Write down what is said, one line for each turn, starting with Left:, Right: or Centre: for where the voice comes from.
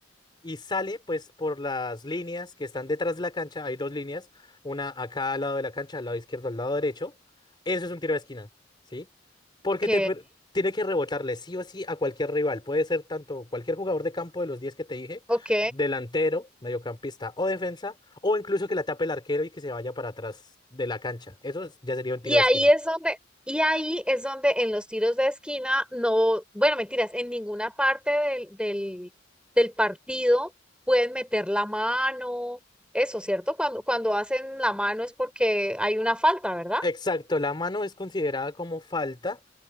Left: y sale pues por las líneas que están detrás de la cancha. Hay dos líneas, una a cada lado de la cancha, al lado izquierdo, al lado derecho. Eso es un tiro de esquina, ¿sí? Porque
Centre: Ok,
Left: te per- tiene que rebotarle sí o sí a cualquier rival. Puede ser tanto cualquier jugador de campo de los 10 que te dije,
Centre: ok.
Left: delantero, mediocampista o defensa, o incluso que la tape el arquero y que se vaya para atrás de la cancha. Eso es- ya sería un tiro
Centre: Y
Left: de
Centre: ahí
Left: esquina.
Centre: es donde, y ahí es donde en los tiros de esquina no, bueno, mentiras, en ninguna parte del, del, del partido pueden meter la mano, eso, ¿cierto? Cuando, cuando hacen la mano es porque hay una falta, ¿verdad?
Left: Exacto, la mano es considerada como falta